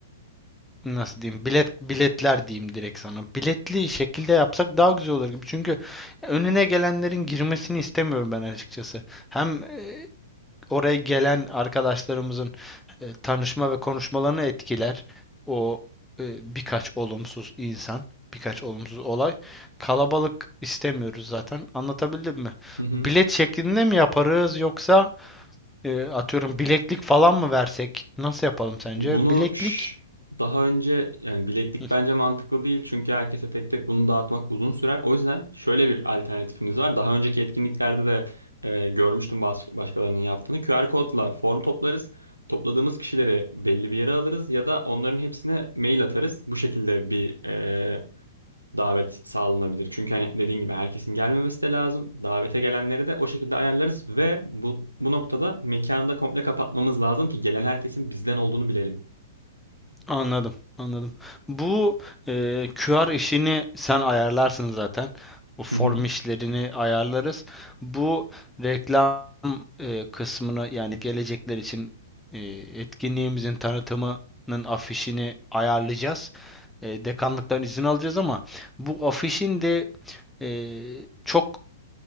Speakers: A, in the centre; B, on the right (about 90°).
A: nasıl diyeyim bilet biletler diyeyim direkt sana biletli şekilde yapsak daha güzel olur gibi çünkü önüne gelenlerin girmesini istemiyorum ben açıkçası hem e, oraya gelen arkadaşlarımızın e, tanışma ve konuşmalarını etkiler o e, birkaç olumsuz insan birkaç olumsuz olay kalabalık istemiyoruz zaten anlatabildim mi
B: Hı hı.
A: bilet şeklinde mi yaparız yoksa e, atıyorum bileklik falan mı versek? Nasıl yapalım sence?
B: Bunu
A: Bileklik.
B: ş- daha önce yani bileklik
A: Hı,
B: bence mantıklı değil çünkü herkese tek tek bunu dağıtmak uzun sürer. O yüzden şöyle bir alternatifimiz var. Daha önceki etkinliklerde de e, görmüştüm baş- başkalarının yaptığını. QR kodla form toplarız. Topladığımız kişileri belli bir yere alırız ya da onların hepsine mail atarız. Bu şekilde bir e, davet sağlanabilir. Çünkü hani dediğin gibi herkesin gelmemesi de lazım. Davete gelenleri de o şekilde ayarlarız ve bu, bu noktada mekanı da komple kapatmamız lazım ki gelen herkesin bizden olduğunu bilelim.
A: Anladım, anladım. Bu e, QR işini sen ayarlarsın zaten. O form
B: Hı hı.
A: işlerini ayarlarız. Bu reklam e, kısmını yani gelecekler için e, etkinliğimizin tanıtımının afişini ayarlayacağız. E, dekanlıktan izin alacağız ama bu afişin de e, çok